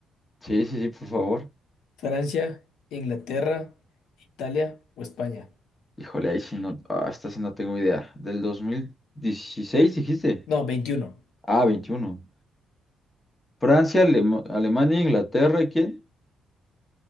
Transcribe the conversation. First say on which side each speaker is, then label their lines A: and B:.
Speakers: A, on the left (about 20°); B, on the left (about 80°).
A: Sí, sí, sí, por favor.
B: Francia, Inglaterra, Italia o España.
A: Híjole, ahí sí no. Ah, esta sí no tengo idea. Del 2016 dijiste.
B: No, veintiuno.
A: Ah, 21. Francia, Alema- Alemania, Inglaterra, ¿y quién?